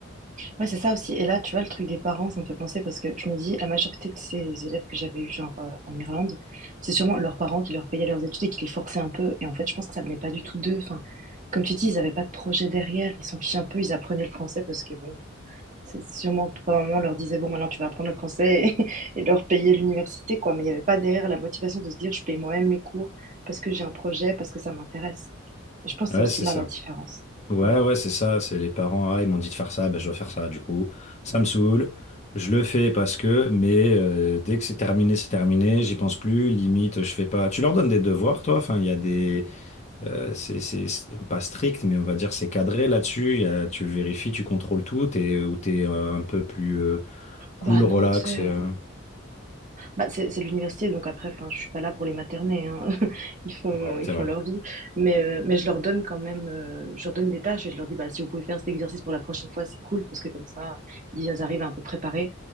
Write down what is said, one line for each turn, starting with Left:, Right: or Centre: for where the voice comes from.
Right: Ouais, c'est ça aussi et là, tu vois, le truc des parents, ça me fait penser parce que je me dis la majorité de ces élèves que j'avais eus, genre, heu, en Irlande, c'est sûrement leurs parents qui leur payaient leurs études et qui les forçaient un peu et en fait, je pense que ça venait pas du tout d'eux. Enfin, comme tu dis, ils avaient pas de projet derrière, ils s'en fichaient un peu, ils apprenaient le français parce que bon, c'est sûrement papa, maman leur disait: «Bon, maintenant tu vas apprendre le français» et <laughs> et leur payer l'université, quoi, mais il y avait pas derrière la motivation de se dire: «Je paye moi-même mes cours parce que j'ai un projet, parce que ça m'intéresse» et je pense que
Left: Ouais,
Right: c'est aussi
Left: c'est
Right: là
Left: ça.
Right: la différence.
Left: Ouais,
Right: Ouais.
Left: ouais, c'est ça. C'est les parents, ah, ils m'ont dit de faire ça, ben, je dois faire ça, du coup. Ça me saoule. Je le fais parce que, mais euh, dès que c'est terminé, c'est terminé, j'y pense plus, limite, je fais pas. Tu leur donnes des devoirs, toi? Enfin, il y a des. euh, c'est c'est- c'est pas strict, mais on va dire c'est cadré là-dessus. Il y a- tu vérifies, tu contrôles tout, t'es, ou t'es euh, un peu plus euh, cool,
Right: Bah
Left: relax.
Right: non, tu sais,
Left: et, euh,
Right: Bah, c'est c'est de l'université, donc après, enfin, je suis pas là pour les materner, hein. <laughs> Ils font,
Left: Ouais,
Right: ils
Left: c'est
Right: font
Left: vrai.
Right: leur vie. Mais, euh, mais je leur donne quand même, euh, je leur donne des tâches et je leur dis, bah, si vous pouvez faire cet exercice pour la prochaine fois, c'est cool, parce que comme ça, ils arrivent un peu préparés